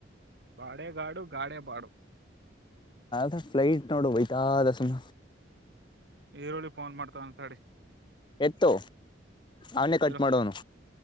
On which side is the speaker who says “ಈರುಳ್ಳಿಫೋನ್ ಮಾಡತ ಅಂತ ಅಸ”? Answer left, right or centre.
Right